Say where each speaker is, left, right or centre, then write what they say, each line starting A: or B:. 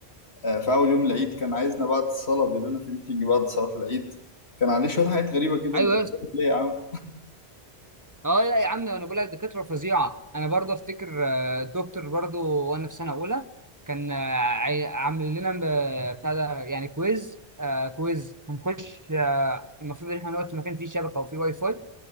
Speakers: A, on the left (about 75°); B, on the right (about 20°).
A: آه، في أول يوم العيد كان عايزنا بعد الصلاة بيقول لنا في ميتنج بعد صلاة العيد كان عليه شوية حاجات غريبة كده
B: ايوه
A: انت بتقول
B: يا اسطى.
A: ليه يا عم
B: اه لا يا عم انا بقول لك دكاتره فظيعه انا برضه افتكر آه، الدكتور برضه وانا في سنه اولى كان آه، عي- عامل لنا آه، بتاع ده يعني كويز آه كويز هنخش آه المفروض ان احنا نقعد في مكان فيه شبكه وفيه واي فاي